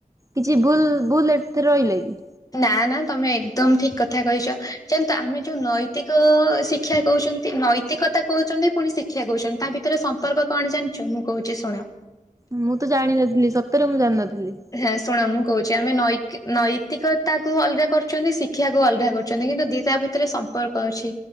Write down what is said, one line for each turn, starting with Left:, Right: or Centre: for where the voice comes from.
Right: କିଛି ଭୁଲ ଭୁଲ ଏଥି ରହିଲା କି।
Left: ନା ନା ତମେ ଏକଦମ ଠିକ କଥା କହିଚ ଯେନ୍ତୁ ଆମେ ଯୋଉ ନୈତିକ ଶିକ୍ଷା କହୁଚନ୍ତି ନୈ ତିକତା କହୁଚନ୍ତି ପୁଣି ଶିକ୍ଷା କହୁଚନ୍ତି ତା ଭିତରେ ସମ୍ପର୍କ କଣ ଜାଣିଛ ମୁଁ କହୁଚି ଶୁଣ।
Right: ମୁଁ ତ ଜାଣିନଥିଲି ସତରେ ମୁଁ ଜାଣିନଥିଲି।
Left: ହେଁ ଶୁଣ ମୁଁ କହୁଚି ଆମେ ନୈ ନୈତିକ ତାକୁ ଅଲଗା କରୁଛନ୍ତି ଶିକ୍ଷାକୁୁ ଅଲଗା କରୁଛନ୍ତି କିନ୍ତୁ ଦି ତା ଭିତରେ ସମ୍ପର୍କ ଅଛି।